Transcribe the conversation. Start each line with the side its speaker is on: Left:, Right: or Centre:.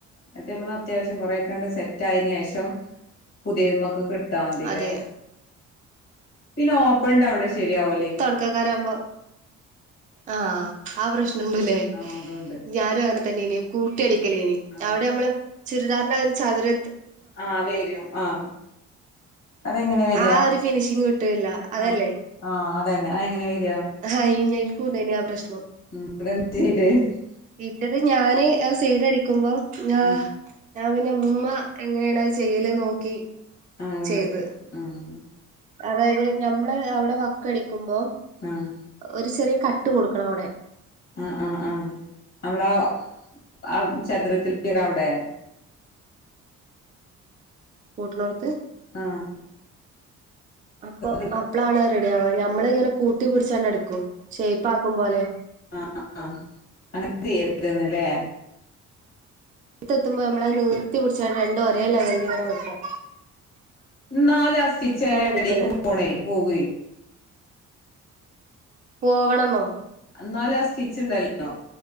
Left: എന്നിട്ടമ്മള് അത്യാവശ്യം കുറെേയൊക്കാണ്ട് സെറ്റ് ആയതിന് ശേഷം പുതിയ നമക്കൊക്കെ എട്ത്താമതില്ലേ
Right: അതെ
Left: പിന്നെ ഓപ്പൺന്റവിടെ ശരിയാവൂലേ
Right: കരക്കാരാകുമ്പോ ആഹ് ആഹ് പ്രശ്നുണ്ടല്ലേ
Left: ആഹ് അതുണ്ട്
Right: ഞാനും അങ്ങനെതന്നെന് കൂട്ടി അടിക്കലേന്
Left: ആഹ്
Right: അവിടെ നമ്മള് ചുരിദാറിന്റൊരു ചതുര
Left: ആഹ് വരും ആഹ് അതെങ്ങനെ വരിയാ
Right: ആ ഒരു ഫിനിഷിങ് കിട്ടൂല്ല അതല്ലേ
Left: ആഹ് ആഹ് അതന്നെ അതെങ്ങനെ വരിയാ
Right: ആഹ് ഇനിക്കുണ്ടായിനി ആഹ് പ്രശ്നം
Left: <unintelligible>
Right: ഇവിടെ ഞാന് ആഹ് സൈഡ് അടിക്കുമ്പോ ഞാൻ
Left: ഉം
Right: പിന്നെ ഉമ്മ എങ്ങനെയാണ് അത് ചെയ്യല് നോക്കി
Left: അളവെടുത്ത്
Right: ചെയ്ത്
Left: ആഹ്
Right: അതായത് ഞമ്മള് അവിടെ വക്കടിക്കുമ്പോ
Left: ആഹ്
Right: ഒരു ചെറിയ കട്ട് കൊടുക്കണം അവിടെ
Left: ആഹ് ആഹ് ആഹ് നമ്മളാ ആഹ് ചതുരത്തിൽ ഉള്ള അവിടെ
Right: കൂട്ട്നോടുത്ത്
Left: ആഹ്
Right: അപ്പൊ
Left: ആഹ്
Right: അപ്പളാണ് റെഡി ആവാ ഞമ്മള ഇങ്ങനെ കൂട്ടി പിടിച്ചക്കാണ്ട് അടിക്കും ഷേപ്പ് ആക്കും പോലെ
Left: ആഹ് ആഹ് ആഹ് അങ്ങനെ ചെയ്യാ എന്നാൽ അല്ലെ
Right: എടുത്തു എത്തുമ്പോൾ നമ്മളത് നീർത്തി പിടിച്ചക്കാണ്ട് രണ്ടും ഒരേ ലെവലിൽ ഇങ്ങനെ വെക്കുക
Left: എന്നാലും ആഹ് സ്റ്റിച്ച് അയിന്റെ
Right: അടിക്കണ്ടേ
Left: ഇടേക്ക് പോണേ പോകേ
Right: പോവണന്നോ
Left: എന്നാലും ആഹ് സ്റ്റിച്ച് ഉണ്ടല്ലോ